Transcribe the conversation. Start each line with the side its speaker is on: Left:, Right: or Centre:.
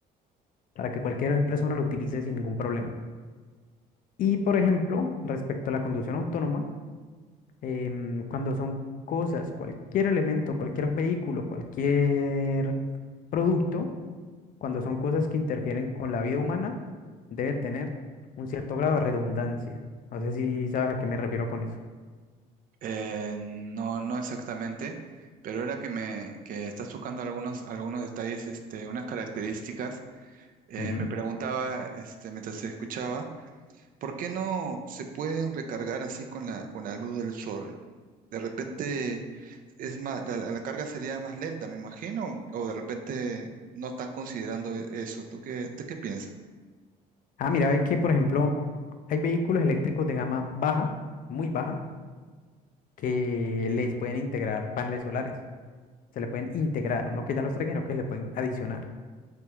Left: para que cualquier persona lo utilice sin ningún problema. Y por ejemplo, respecto a la conducción autónoma, em, cuando son cosas, cualquier elemento, cualquier vehículo, cualquier producto, cuando son cosas que interfieren con la vida humana, debe tener un cierto grado de redundancia. No sé si sabes a qué me refiero con eso.
Right: Eh, no, no exactamente, pero ahora que me que estás tocando algunos algunos detalles, este, unas características, eh,
Left: Ujú.
Right: me preguntaba, este, mientras te escuchaba. ¿Por qué no se pueden recargar así con la, con la luz del sol? De repente es más, la, la carga sería más lenta, me imagino, o de repente no están considerando e- eso. ¿Tú qué, tú qué piensas?
Left: Ah, mira, ve que, por ejemplo, hay vehículos eléctricos de gama baja, muy baja, que les pueden integrar paneles solares. Se le pueden integrar, no que ya los traigan, no que le pueden adicionar.